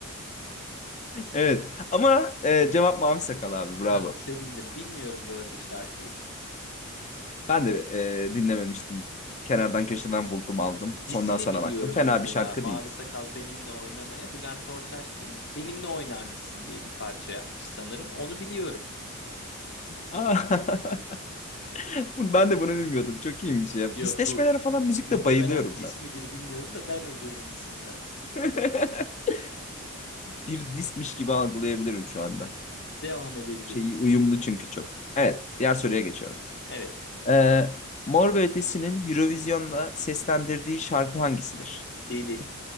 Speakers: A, on the left; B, on the left.
A: Evet. Ama e, cevap mavi sakal abi. Bravo.
B: Ah sevindim. Bilmiyorum bu arada şarkıyı.
A: Ben de e, dinlememiştim. Kenardan köşeden buldum aldım.
B: Disini
A: Sondan sonra
B: biliyorum
A: baktım. Fena
B: mesela.
A: bir şarkı
B: Mavi
A: değil.
B: Sakal benimle oynamaya. Bülent Ortaçgil benimle oynar mısın diye bir parça yapmış sanırım. Onu biliyorum.
A: Aa, <laughs> bunu- ben de bunu bilmiyordum. Çok iyiymiş ya.
B: Ya
A: Disleşmelere
B: bu
A: falan müzikte
B: muhtemelen
A: bayılıyorum
B: dis
A: ben.
B: midir bilmiyorum da ben uydurdum isimden.
A: <laughs> Bir dismiş gibi algılayabilirim şu anda.
B: Devam edebiliriz.
A: Şeyi uyumlu çünkü çok. Evet, diğer soruya geçiyorum.
B: Evet.
A: Ee, Mor ve Ötesi'nin Eurovision'da seslendirdiği şarkı hangisidir?
B: Deli.